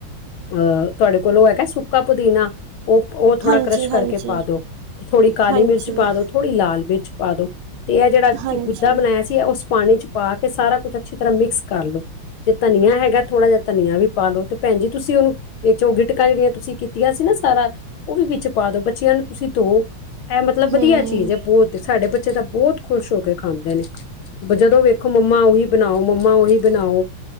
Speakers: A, on the left; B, on the right.
A: ਅਹ ਤੁਹਾਡੇ ਕੋਲ ਉਹ ਹੈਗਾ ਸੁੱਕਾ ਪੁਦੀਨਾ ਉਹ ਉਹ ਥੋੜਾ
B: ਹਾਂਜੀ
A: ਕਰਸ਼ ਕਰਕੇ
B: ਹਾਂਜੀ
A: ਪਾ ਦੋ ਤੇ ਥੋੜੀ ਕਾਲੀ
B: ਹਾਂਜੀ
A: ਮਿਰਚ ਪਾ ਦੋ ਥੋੜੀ ਲਾਲ ਮਿਰਚ ਪਾ ਦੋ ਤੇ ਇਹ ਜਿਹੜਾ ਤੁਸੀਂ
B: ਹਾਂਜੀ
A: ਗੁੱਦਾ ਬਣਾਇਆ ਸੀ। ਤੇ ਉਸ ਪਾਣੀ 'ਚ ਪਾ ਕੇ ਸਾਰਾ ਕੁੱਛ ਅੱਛੀ ਤਰ੍ਹਾਂ ਮਿਕਸ ਕਰ ਲੋ। ਜੇ ਧਨੀਆ ਹੈਗਾ ਥੋੜਾ ਜਿਹਾ ਧਨੀਆ ਵੀ ਪਾਲੋ ਤੇ ਭੈਣਜੀ ਤੁਸੀਂ ਉਹਨੂੰ ਵਿੱਚ ਉਹ ਗਿਟਕਾਂ ਜਿਹੜੀਆਂ ਤੁਸੀਂ ਕੀਤੀਆਂ ਸੀ ਨਾ ਸਾਰਾ ਉਹ ਵੀ ਵਿੱਚ ਪਾ ਦੋ ਬੱਚਿਆਂ ਨੂੰ ਤੁਸੀਂ ਦੋ ਏਹ ਮਤਲਬ ਵਧੀਆ
B: ਹੂੰ
A: ਚੀਜ਼ ਹੈ ਬਹੁਤ ਸਾਡੇ ਬੱਚੇ ਤਾਂ ਬਹੁਤ ਖੁਸ਼ ਹੋ ਕੇ ਖਾਂਦੇ ਨੇ ਜਦੋਂ ਵੇਖੋ ਮੰਮਾ ਉਹੀ ਬਣਾਓ ਮੰਮ ਮੰਮਾ ਉਹੀ ਬਣਾਓ